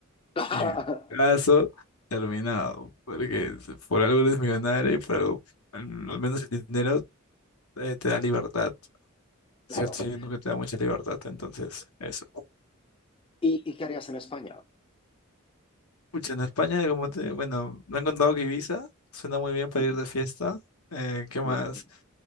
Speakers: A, on the left (about 25°); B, on the left (about 85°).
A: <laughs>
B: Y caso terminado, porque si por algo eres millonario y por algo, al al menos el dinero eh, te da libertad.
A: Claro.
B: Cierto, siento que te da mucha libertad, entonces, eso.
A: ¿Y, y qué harías en España?
B: Pucha, en España, como te, bueno, me han contado que Ibiza suena muy bien para
A: Ujú,
B: ir de fiesta. Eh, ¿qué más?
A: Muy bien.